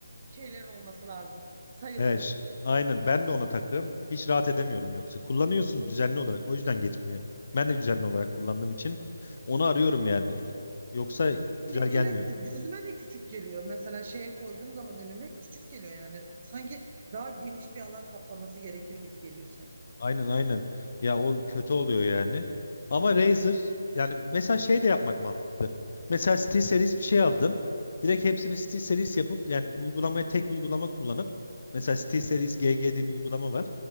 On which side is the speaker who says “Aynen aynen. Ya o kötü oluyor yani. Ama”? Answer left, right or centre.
Left